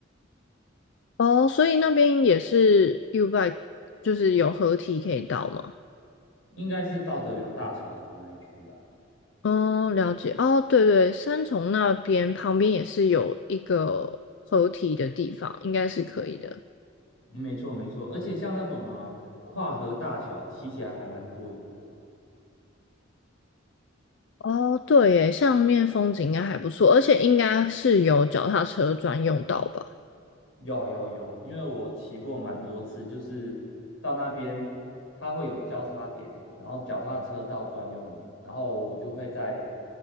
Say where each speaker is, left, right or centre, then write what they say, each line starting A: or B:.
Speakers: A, on the left; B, on the left.
A: 哦，所以那边也是 U bike，就是有合体可以到吗？
B: 应该是到得了大桥头那一区啦。
A: 哦，了解。哦，对对，三重那边旁边也是有一个合体的地方，应该是可以的。
B: 没错没错，而且像那种啊跨河大桥，骑起来还蛮过瘾的。
A: 哦，对耶，上面风景应该还不错，而且应该是有脚踏车专用道吧？
B: 有有有，因为我骑过蛮多次，就是到那边它会有交叉点，然后脚踏车道专用的，然后我就会在